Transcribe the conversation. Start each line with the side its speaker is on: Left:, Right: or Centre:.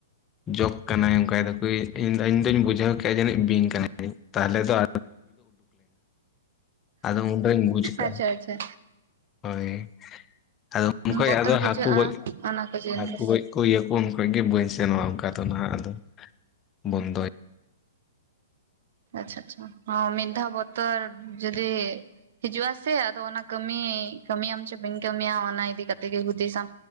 Left: ᱡᱚᱠ ᱠᱟᱱᱟᱭ ᱚᱱᱠᱟᱭᱫᱟ ᱯᱮ ᱤᱧ ᱫᱚᱧ ᱵᱩᱡᱷᱟᱹᱣ ᱠᱮᱫ-ᱟ ᱡᱟᱹᱱᱤᱡ ᱵᱤᱧ ᱠᱟᱱᱟᱭ ᱛᱟᱦᱚᱞᱮ ᱫᱚ <inaudible> ᱟᱨ ᱦᱚᱸ ᱵᱩᱧ ᱵᱩᱡᱽ ᱠᱟᱜ-ᱟ
Right: ᱟᱪᱪᱷᱟ ᱟᱪᱪᱷᱟ
Left: ᱦᱳᱭ ᱾ ᱟᱫᱚ ᱩᱱ ᱠᱷᱚᱡ
Right: ᱵᱚᱛᱚᱨ
Left: ᱟᱫᱚ
Right: ᱵᱩᱡᱷᱟᱹᱜᱼᱟ
Left: ᱦᱟᱹᱠᱩ ᱜᱚᱡ
Right: ᱚᱱᱟ ᱠᱚ ᱡᱤᱱᱤᱥ
Left: ᱦᱟᱹᱠᱩ ᱜᱚᱡ ᱤᱭᱟᱹ ᱠᱩ ᱩᱱ ᱠᱷᱚᱡ ᱜᱮ ᱵᱟᱹᱧ ᱥᱮᱱᱚᱜᱼᱟ ᱚᱱᱠᱟ ᱫᱚ ᱱᱟᱦᱟᱜ ᱟᱫᱚ ᱵᱚᱱᱫᱚ
Right: ᱟᱪᱪᱷᱟ, ᱟᱪᱪᱷᱟ ᱦᱚᱸ ᱢᱤᱫ ᱫᱟᱣ ᱵᱚᱛᱚᱨ ᱡᱩᱫᱤ ᱦᱤᱡᱩᱜ-ᱟ ᱥᱮ ᱟᱫᱚ ᱚᱱᱟ ᱠᱟᱹᱢᱤ ᱠᱟᱹᱢᱤᱭᱟᱢ ᱪᱮᱸ ᱵᱟᱹᱧ ᱠᱟᱹᱢᱤᱭᱟ, ᱚᱱᱟ ᱤᱫᱤ ᱠᱟᱛᱮ ᱜᱮ ᱦᱩᱫᱤᱥᱟᱢ